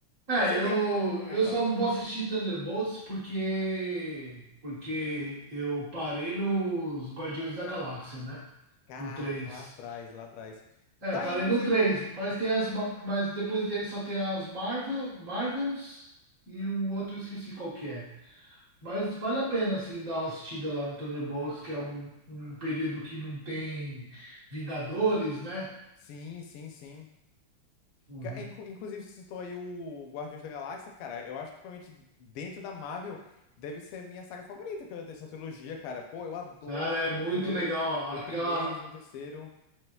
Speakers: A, on the right; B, on the left.
A: É,
B: Você
A: eu,
B: tem algum.
A: eu
B: Opa.
A: só não vou assistir Thunderbolts porque, porque eu parei nos Guardiões da Galáxia, né?
B: Caraca,
A: No 3.
B: lá atrás, lá atrás.
A: É,
B: Tá
A: parei
B: aí, inclusive.
A: no 3. mas tem as, ma- mas depois dele só tem as Marvel, Marvels e o outro eu esqueci qual que é. Mas vale a pena, assim, dar uma assistida lá no Thunderbolts, que é um, um período que não tem Vingadores, né?
B: Sim, sim, sim.
A: Uhum.
B: Ca- é, inclu- Inclusive, você citou aí o Guardiões da Galáxia, cara. Eu acho que provavelmente dentro da Marvel deve ser a minha saga favorita, cara, dessa trilogia, cara. Pô, eu adoro
A: Cara, é
B: muito
A: muito
B: o primeiro,
A: legal.
B: o
A: Aquela,
B: primeiro, o segundo, o terceiro.